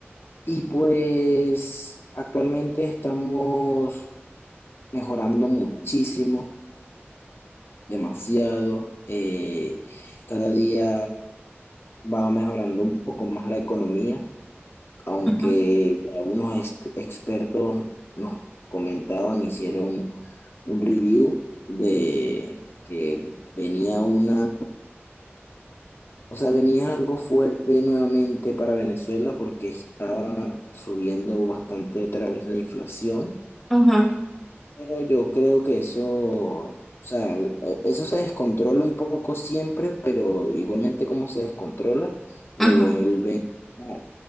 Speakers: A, on the left; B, in the centre.
A: y pues actualmente estamos mejorando muchísimo, demasiado, eh, cada día va mejorando un poco más la economía. aunque
B: Ujú,
A: algunos ex- expertos nos comentaban, hicieron un review de que venía una, o sea, venía algo fuerte nuevamente para Venezuela porque estaba subiendo bastante otra vez la inflación,
B: ujú,
A: pero yo creo que eso, o sea, e- eso se descontrola un poco siempre, pero igualmente como se descontrola, lo
B: ujú,
A: vuelven. a-